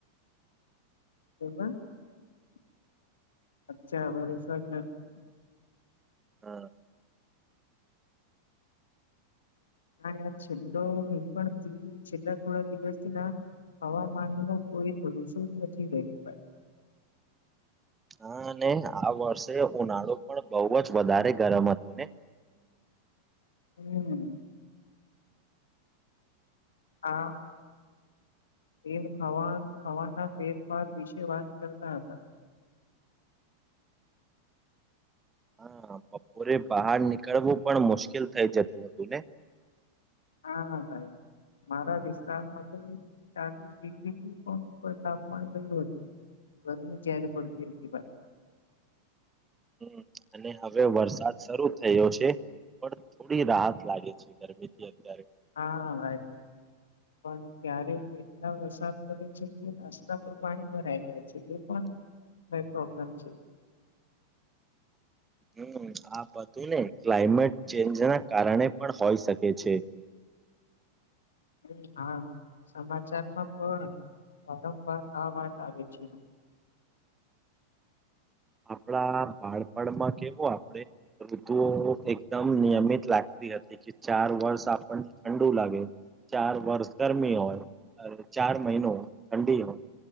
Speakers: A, on the left; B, on the right.
A: <unintelligible>
B: હા
A: હા છેલ્લો હહી પણ છેલ્લા થોડા દિવસથી ના હવામાનુ કોઈ ભરોસો જ નથી ગયો ભાઈ
B: <inaudible> હા અને આ વર્ષે ઉનાળો પણ બહુ જ વધારે ગરમ હતો ને <inaudible>
A: હમ હા એમ હવા હવાના ફેરફાર વિશે વાત કરતા હતા
B: હા હા બપોરે બહાર નીકળવું પણ મુશ્કેલ થઇ જતું હતું ને
A: હા ભાઈ મારા વિસ્તારમાં તો ચાલીસ ડિગ્રીથી પણ ઉપર તાપમાન ગયું હતું ગરમી જયારે પડતી હતી ભાઈ
B: હમ અને હવે વરસાદ શરૂ થયો છે પણ થોડી રાહત લાગે છે ગરમી થી અત્યારે
A: હા ભાઈ પણ ક્યારેક એટલા વરસાદ પડે છે કે રસ્તા પર પાણી ભરાઈ જાય છે એ પણ
B: <inaudible>
A: કઈ પ્રોબ્લેમ છે
B: <inaudible> હું આ બધુને ક્લાઇમેટ ચેન્જના કારણે પણ હોઈ શકે છે <inaudible>
A: હમ. હા, સમાચારમાં પણ વારંવાર આ વાત આવે છે.
B: આપડા બાળપણમાં કેવું આપડે ઋતુઓ એકદમ નિયમિત લાગ તે હતી કે ચાર વર્ષ આપણને ઠંડુ લાગે ચાર વર્ષ ગરમી હોય અને ચાર મહિનો ઠંડી હોય